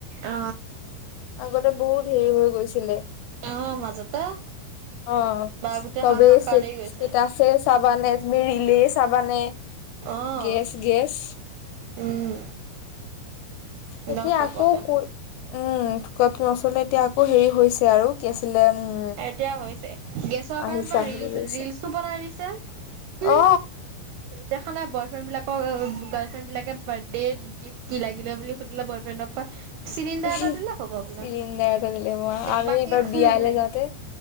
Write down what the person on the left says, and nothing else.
আগতে বহুত হেই হৈ গৈছিলে।
অঁ'
চবেই
চে
ষ্টেটাচে চাবা নে তুমি ৰীলে চ চাবানে,
গেছ-গেছ,
এতিয়া
আকৌ ক উম। টো আচলতে এতিয়া আকৌ হেৰি হৈছে আৰু কি আছিলে উম।
আহিছে
আহিব
ধৰিছে
অ
চিলিণ্ডাৰ
লাগিলে হব আমি
এইবাৰ
বিয়ালৈ
যাওঁ তে,